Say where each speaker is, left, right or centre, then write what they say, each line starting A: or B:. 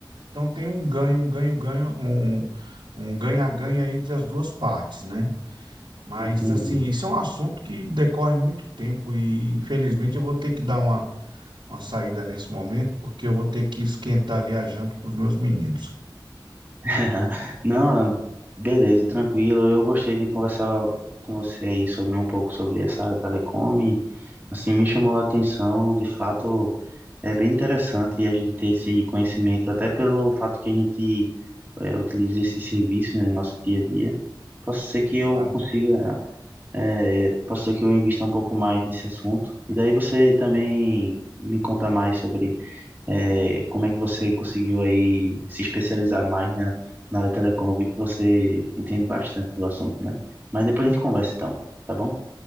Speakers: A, on the right; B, on the right.
A: Então, tem um ganho, um ganho, ganho, um, um um ganha-ganha entre as duas partes, né? Mas,
B: Entendi.
A: assim, isso é um assunto que decorre muito tempo e, infelizmente, eu vou ter que dar uma, uma saída nesse momento, porque eu vou ter que esquentar ali a janta para os meus meninos.
B: <laughs> Não, Alan, beleza, tranquilo. Eu gostei de conversar com você aí sobre um pouco sobre essa área de telecom e, assim, me chamou a atenção. De fato, é bem interessante a gente ter esse conhecimento, até pelo fato que a gente é, utiliza esses serviços, né, no nosso dia a dia. Posso ser que
A: Exato.
B: eu consiga, é, posso ser que eu invista um pouco mais nesse assunto. E daí você também me conta mais sobre É, como é que você conseguiu aí se especializar mais na, na área telecom? Eu vi que você entende bastante do assunto, né? Mas depois a gente conversa então, tá bom?